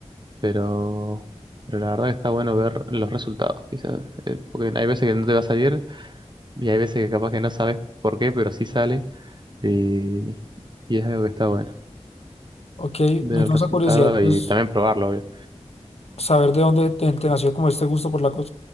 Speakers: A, on the right; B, on the left.
A: pero, pero la verdad que está bueno ver los resultados, quizás. Eh, porque hay veces que no te va a salir. Y hay veces que capaz que no sabes por qué, pero sí sale. eh, y es algo que está bueno.
B: Ok,
A: Ver
B: me
A: el
B: causa
A: resultado
B: curiosidad, pues,
A: y también probarlo, obvio.
B: saber de dónde te, te nació como este gusto por la, co-